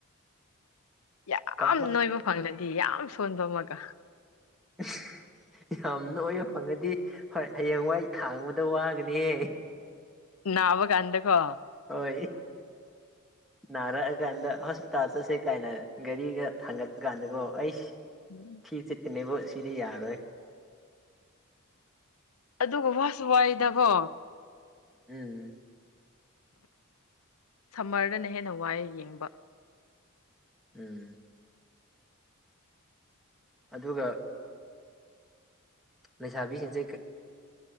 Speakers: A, on the left; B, in the centre.
A: ꯌꯥꯝ
B: ꯀꯃꯜ
A: ꯅꯣꯏꯕ ꯐꯪꯗꯗꯤ ꯌꯥꯝ ꯁꯣꯟꯕ ꯑꯃꯒ
B: <unintelligible> ꯌꯥꯝ ꯅꯣꯏꯕ ꯐꯪꯉꯗꯤ ꯍꯣꯏ ꯍꯌꯦꯡꯋꯥꯏ ꯊꯥꯡꯕꯗ ꯋꯥꯒꯅꯤꯍꯦ
A: ꯅꯥꯕꯀꯥꯟꯗꯀꯣ
B: ꯍꯣꯏ ꯅꯥꯔꯛꯑꯀꯥꯟꯗ ꯍꯣꯁꯄꯤꯇꯥꯜ ꯆꯠꯁꯦ ꯀꯥꯏꯅ ꯒꯥꯔꯤꯒ ꯊꯥꯡꯒꯠꯄ ꯀꯥꯟꯗꯀꯣ ꯑꯩꯁ
A: <inaudible>
B: ꯊꯤ ꯆꯤꯠꯀꯅꯤꯕꯨ ꯁꯤꯗꯤ ꯌꯥꯔꯣꯏ
A: ꯑꯗꯨꯒ ꯋꯥꯁꯨ ꯋꯥꯏꯗꯀꯣ
B: ꯎꯝ
A: ꯁꯝꯃꯔꯗꯅ ꯍꯦꯟꯅ ꯋꯥꯏ ꯌꯦꯡꯕ
B: ꯎꯝ ꯑꯗꯨꯒ ꯂꯩꯁꯥꯕꯤꯁꯤꯡꯁꯦ